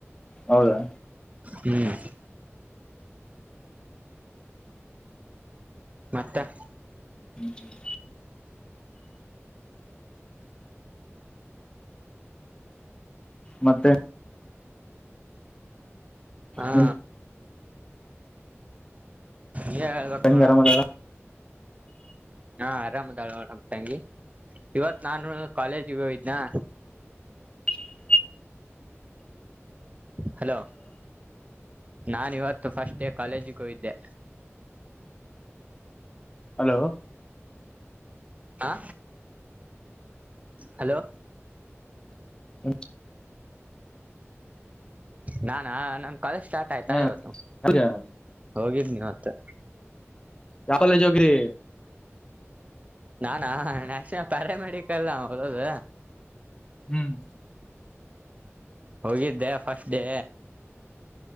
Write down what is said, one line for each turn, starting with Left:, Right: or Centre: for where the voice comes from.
Left: ಹೌದಾ
Right: ಹ್ಮ್ ಮತ್ತೆ
Left: ಹ ಮತ್ತೆ
Right: ಹಾ
Left: ನಿಮ್
Right: ಇಕ್
Left: ತಂಗಿ
Right: ಮಾಡೋಡಾವ
Left: ಆರಾಮ ಅದಾಳ
Right: ಹಾಂ ಆರಾಮದಾಳ ತಂಗಿ ಇವತ್ತು ನಾನು ಕಾಲೇಜಿಗೆ ಇದನಾ
Left: ಹ
Right: ಹಲೋ ನಾನ ಇವತ್ತು ಫಸ್ಟ್ ಡೇ ಕಾಲೇಜಿಗೆ ಹೋೋಗ್ದೆ
Left: ಹಲೋ
Right: ಆಾ ಹಲೋ
Left: ಹ
Right: ನಾನಾ ನನ್ ಕಾಲೇಜ್ ಸ್ಟಾರ್ಟ್
Left: ಹ
Right: ಆಯ್ತಾ ಇವತ್ತು
Left: ಯಾವ
Right: ಹೋಗಿದ್ ನೀ ಮತ್ತೆ
Left: ಯಾವ ಕಾಲೇಜ್ ಹೋಗ್ರಿ
Right: ನಾನಾ ನಕ್ಷ ಪರ ಮಾಡಿಕಲ್ಲ ಹದದ
Left: ಹ್ಮ್
Right: ಹೋಗಿದ್ದೆ ಫಸ್ಟ್ ಡೇ